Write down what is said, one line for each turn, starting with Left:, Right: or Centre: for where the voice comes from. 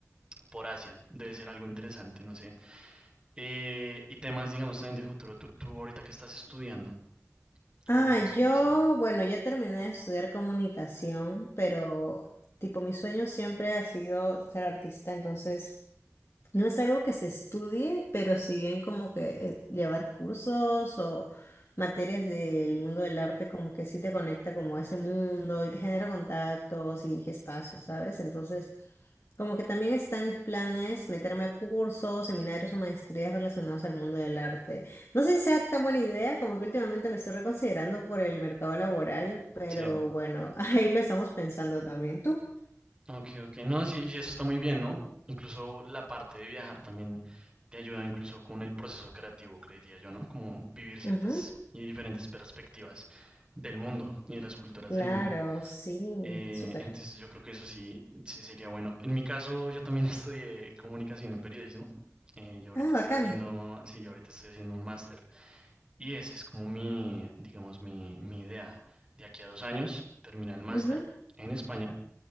Right: por Asia. Debe ser algo interesante, no sé. Eh, y temas, digamos, también de futuro. Tú, tú ahorita que estás estudiando.
Left: Ah,
Right: O ya estudiaste.
Left: yo, bueno, yo terminé de estudiar comunicación, pero tipo mi sueño siempre ha sido ser artista, entonces no es algo que se estudie, pero si bien como que eh, llevar cursos o materias del mundo del arte como que sí te conecta como a ese mundo y te genera contactos y espacios, ¿sabes? Entonces... Como que también está en mis planes meterme a cursos, seminarios o maestrías relacionados al mundo del arte. No sé si sea tan buena idea, como que últimamente lo estoy reconsiderando por el mercado laboral, pero
Right: Sí.
Left: bueno, <laughs> ahí lo estamos pensando también. ¿Tú?
Right: Ok, ok. No, sí, y eso está muy bien, ¿no? Incluso la parte de viajar también te ayuda incluso con el proceso creativo, creería yo, ¿no? Como vivir ciertas
Left: Ujú,
Right: y diferentes perspectivas del mundo y de las culturas
Left: Claro,
Right: del mundo.
Left: sí,
Right: Eh,
Left: súper.
Right: entonces yo creo que eso sí, sí sería bueno. En mi caso, yo también <laughs> estudié comunicación y periodismo. Eh, yo ahorita
Left: Ah, bacán.
Right: estoy haciendo, sí, yo ahorita estoy haciendo un máster. Y ese es como mi, digamos, mi, mi idea. De aquí a dos años, terminar el máster
Left: Ujú,
Right: en España